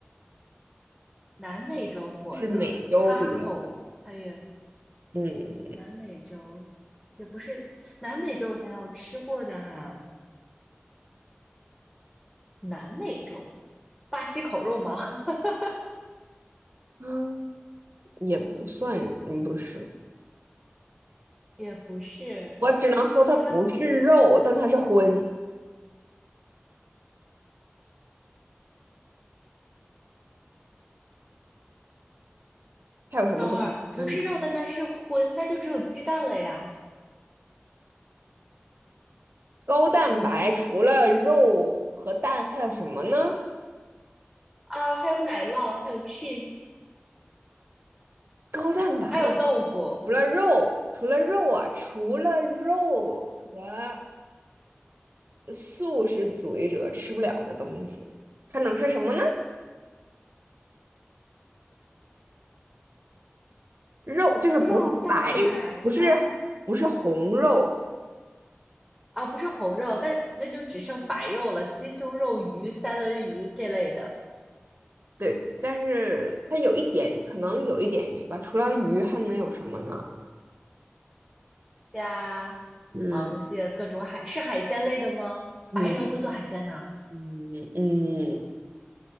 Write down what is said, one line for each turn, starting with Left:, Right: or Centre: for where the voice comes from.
Centre: 南美洲火的
Right: 就是美洲比较火。
Centre: taco，它也
Right: 嗯
Centre: 南美洲也不是南美洲，我想想我吃过的哈、南美洲巴西烤肉吗？<laughs>
Right: 嗯也不算，嗯不是，
Centre: 也不是南美洲
Right: 我只能说它不是肉，
Centre: taco 不是鸡？
Right: 但它是荤。还有什么东西高蛋白？
Centre: 等会儿不是肉，但它是荤，那就只有鸡蛋了呀。
Right: 高蛋白除了肉和蛋还有什么呢？
Centre: 啊，还有奶酪，还有 cheese，
Right: 高蛋白
Centre: 还有豆腐，
Right: 除了肉，除了肉啊，除了肉和素食主义者吃不了的东西，还能是什么呢？肉就是不是白，
Centre: 肉蛋奶糕
Right: 不是不是红肉，
Centre: 啊，不是红肉，但那就只剩白肉了，鸡胸肉、鱼、三文鱼这类的，
Right: 对，但是它有一点，可能有一点鱼吧。除了鱼，还能有什么呢？
Centre: 加
Right: 嗯
Centre: 螃蟹，各种海，是海鲜类的吗？
Right: 嗯
Centre: 白人会做海鲜呐、
Right: 嗯嗯